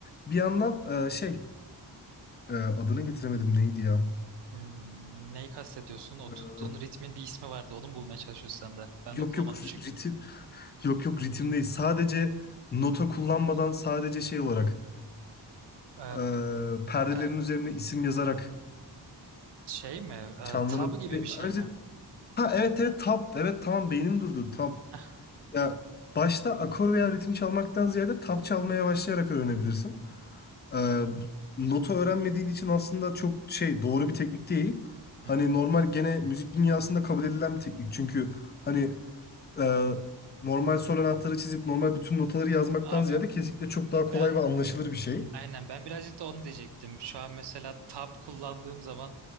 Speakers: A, on the left; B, on the right.
A: bir yandan e, şey ee, adını getiremedim neydi ya?
B: Hmm, neyi kastediyorsun? O
A: Ee,
B: tuttuğun ritmin bir ismi vardı. Onu mu bulmaya çalışıyorsun sen de. Ben
A: yok
B: de bulamadım
A: yok
B: çünkü.
A: ritim yok yok ritim değil. Sadece nota kullanmadan sadece şey olarak
B: Ee,
A: ee, perdelerin
B: pe-
A: üzerine isim yazarak
B: şey mi? Ee,
A: çalmanın
B: tab gibi
A: bir
B: bir şey
A: ayrıca
B: mi?
A: ha evet evet tap evet tamam beynim durdu tap.
B: Heh,
A: Ya başta akor veya ritim çalmaktan ziyade tap çalmaya başlayarak öğrenebilirsin. Ee, nota öğrenmediğin için aslında çok şey doğru bir teknik değil. Hani
B: Hı hı.
A: normal gene müzik dünyasında kabul edilen bir teknik. Çünkü hani e, normal sol anahtarı çizip normal bütün notaları yazmaktan
B: Abi
A: ziyade kesinlikle çok daha kolay
B: ben
A: ve anlaşılır bir şey.
B: Aynen ben birazcık da onu diyecektim. Şu an mesela tab kullandığım zaman